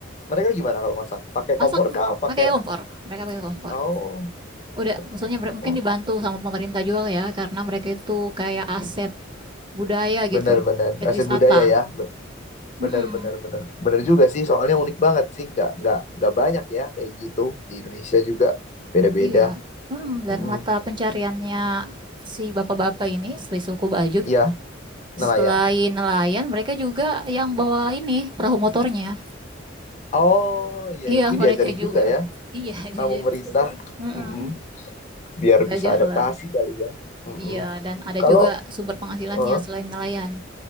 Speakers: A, on the left (about 35°); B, on the right (about 25°).
A: mereka gimana kalau masak? Pakai
B: Masak
A: kompor kak? Pakai?
B: pakai kompor, mereka pakai kompor.
A: Oh
B: Udah,
A: udah
B: maksudnya
A: pakai kompor.
B: mere- mungkin dibantu sama pemerintah juga ya, karena mereka itu kayak AC budaya gitu,
A: Bener bener.
B: objek
A: Aset
B: wisata.
A: budaya ya.
B: Mm-mm,
A: Benar, benar, benar. Benar juga sih, soalnya unik banget sih. Nggak, nggak, nggak banyak ya kayak gitu. Di Indonesia juga beda-beda.
B: iya. Mm-mm, dan
A: Mm-mm.
B: mata pencariannya si bapak-bapak ini, si suku Bajuk,
A: Iya, nelayan.
B: selain nelayan, mereka juga yang bawa ini perahu motornya.
A: Oh, iya,
B: Iya,
A: ya. Mungkin
B: <laughs> mereka
A: diajarin juga
B: juga.
A: ya
B: Iya, <laughs>
A: sama
B: diajar
A: pemerintah.
B: juga. Mm-mm,
A: Mm-mm. Biar
B: belajar
A: bisa adaptasi
B: lah.
A: kali ya. Mm-mm.
B: Iya, dan ada
A: Kalau,
B: juga sumber penghasilannya
A: eh,
B: selain nelayan.